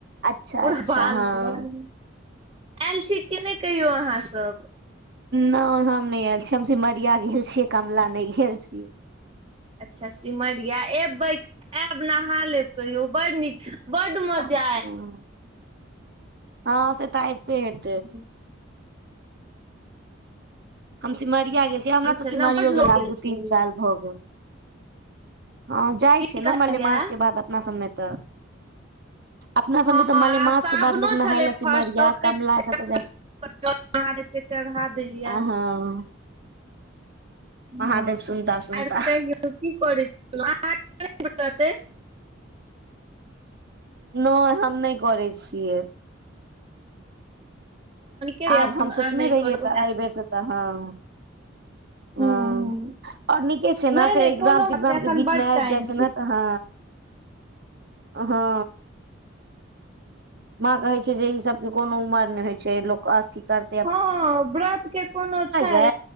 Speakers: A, on the right; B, on the right.
A: अच्छा
B: पूरा
A: अच्छा
B: बालू
A: हँ
B: बालू एयल छी के नै कहियौ आहाँ सब
A: नहि हम नहि आयल छीै हम सिमरिया गेल छियै कमला नहि गेल छीय,
B: अच्छा सिमरिया एबै आयब नहा लेब कहियो बड़ नीक <unintelligible> मजा
A: ह हँ से तऽऐत <unintelligible>
B: हू <inaudible>
A: हम सिमरिया गेल छियै हमरा तऽ
B: छलै
A: सिमरियो
B: बड
A: गेला
B: लोग गेल
A: आ दू
B: छलै
A: तीन साल भऽ गेल। हँ जाइ
B: की
A: छै ने
B: कहलियै
A: मलेमासके बाद अपना सभमे तऽ, अपना सबमे
B: हँ
A: तऽ
B: आ
A: मलेमास
B: साबुनो
A: के बाद लो नहााय
B: छलै
A: लए सिमरिया
B: फर्स्ट तऽ ओते
A: कमला ऐसा तऽ जाइ छे
B: के चढ़ा देलियै <unintelligible>
A: हँ महादेव
B: हँ
A: सुनता सुनता
B: आर कहि की करै। <unintelligible>
A: नहि हम नहि करै छियै।
B: करब
A: आब
B: एखन
A: हम
B: आ
A: सोचने
B: नहि
A: रहिै
B: करब
A: तऽ बे से तऽ हँ
B: हूं
A: हँ।
B: हूं
A: आओर नीके छै
B: नहि
A: ने फेर
B: नहि
A: एक्जाम
B: कोनो बात
A: त्जाम
B: नहि एखन
A: के बीच
B: बड
A: मे
B: टाइम
A: आबि जाय छै ने तऽ ह, हँ माँ कहै छै जे ई सबके कोनो उमर नहि होइ छै लोक अथी कर,
B: हँ व्रत के कोनो छै
A: ये